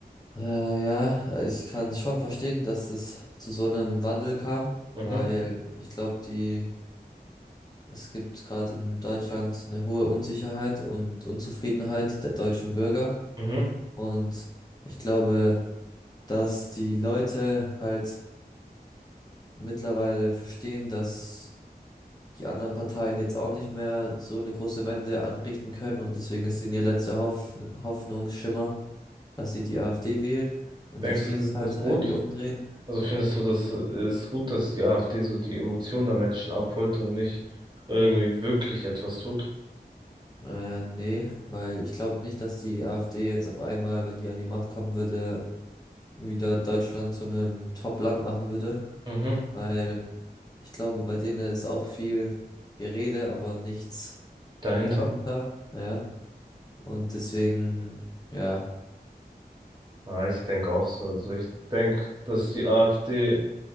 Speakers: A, on the left; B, on the right.
A: Äh, ja, ich kann schon verstehen, dass es zu so einem Wandel kam,
B: Mhm.
A: weil ich glaube, die, es gibt gerade in Deutschland eine hohe Unsicherheit und Unzufriedenheit der deutschen Bürger.
B: Mhm.
A: Und ich glaube, dass die Leute halt mittlerweile verstehen, dass die anderen Parteien jetzt auch nicht mehr so eine große Wende anrichten können und deswegen ist denn ihr letzter Hoff Hoffnungsschimmer, dass sie die AfD wählen und
B: Denkst
A: dass die
B: du,
A: das
B: das ist
A: halt
B: gut?
A: irgendwie umdrehen.
B: Also findest du, das äh, ist gut, dass die AfD so die Emotionen der Menschen abholt und nicht irgendwie wirklich etwas tut?
A: Äh, nee, weil ich glaube nicht, dass die AfD jetzt auf einmal, wenn die an die Macht kommen würde, wieder Deutschland zu einem Top-Land machen würde,
B: Mhm.
A: weil ich glaube, bei denen ist auch viel Gerede, aber nichts
B: Dahinter?
A: dahinter, ja, und deswegen, ja.
B: Ja, ich denke auch so. Also ich denke, dass die AfD